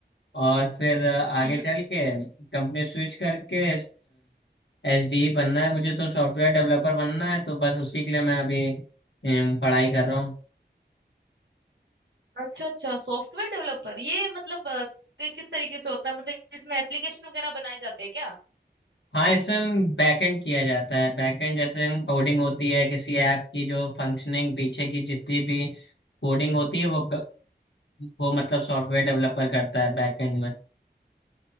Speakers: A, on the left; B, on the right.
A: और फिर अ, आगे
B: हम्म
A: चल के कंपनी स्विच करके एस डी बनना है मुझे तो सॉफ्टवेयर डेवलपर बनना है तो बस उसी के लिए मैं अभी अम, पढ़ाई कर रहा हूँ
B: अच्छा अच्छा सॉफ्टवेयर डेवलपर ये मतलब अ, कि- किस तरीके से होता है मतलब इसमें एप्लीकेशन वगैरह बनाए जाते हैं क्या
A: हाँ इसमें हम बैकएंड किया जाता है बैकएंड जैसे हम कोडिंग होती है किसी ऐप की जो फंक्शनिंग पीछे की जितनी भी कोडिंग होती है वो वो मतलब सॉफ्टवेयर डेवलपर करता है बैकएंड में